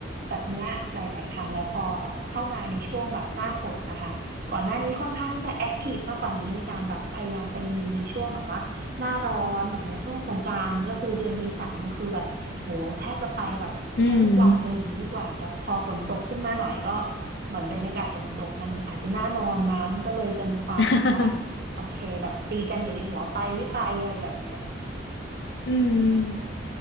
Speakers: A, on the right; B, on the left.
A: แบบเนี้ยหลายๆครั้งแล้วพอแบบเข้ามาในช่วงแบบหน้าฝนนะคะก่อนหน้านี้ค่อนข้างที่จะแอคทีฟมากกว่านี้ในการแบบพยายามไปยิมในช่วงแบบว่าหน้าร้อนแบบเนี้ยช่วงสงกรานต์ก็คือเดือนเมษาเนี่ยคือแบบ โหแทบจะไปแบบแทบทุกวันเลยอย่างนี้ดีกว่าแต่พอฝนตกขึ้นมาหน่อยก็
B: อืม
A: เหมือนบรรยากาศฝนตกมันอาจจะน่านอนมั้งก็เลยจะมีความแบบว่า
B: <laughs>
A: โอเคแบบตีกันอยู่ในหัวไปไม่ไปอะไรแบบเนี้ย
B: อืม